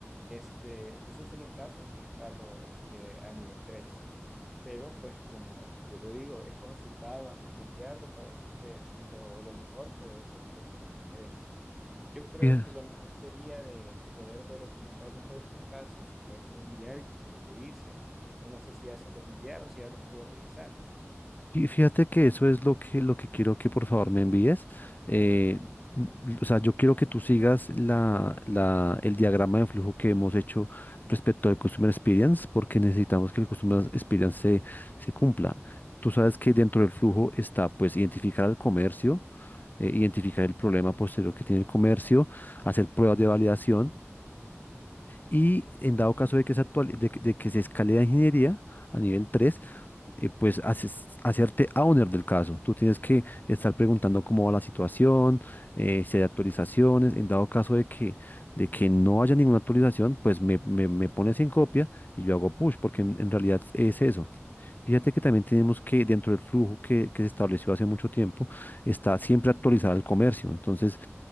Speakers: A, in the centre; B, on the left.
A: Este, esos son los casos que escalo este, a nivel tres pero pues como yo te digo, he consultado antes de enviarlo para ver si estoy haciendo lo mejor, pero he sentido poco interés. Yo creo
B: Tal-
A: que lo mejor sería de poder de documentar mejor estos casos y poderse los enviar y que usted los revise. O no sé si ya se los enviaron, si ya los pudo revisar.
B: Y fíjate que eso es lo que, lo que quiero que por favor me envíes. Eh, n- o sea, yo quiero que tú sigas la, la, el diagrama de flujo que hemos hecho respecto al Customer Experience, porque necesitamos que el Customer Experience se, se cumpla. Tú sabes que dentro del flujo está, pues, identificar al comercio, eh, identificar el problema posterior que tiene el comercio, hacer pruebas de validación y, en dado caso de que se, actuali- de, que de que se escale a ingeniería a nivel tres eh, pues haces- hacerte owner del caso. Tú tienes que estar preguntando cómo va la situación, eh, si hay actualizaciones. En dado caso de que, de que no haya ninguna actualización, pues me, me- me pones en copia y yo hago push, porque en, en realidad es eso. Fíjate que también tenemos que, dentro del flujo que, que se estableció hace mucho tiempo, está siempre actualizar el comercio. Entonces,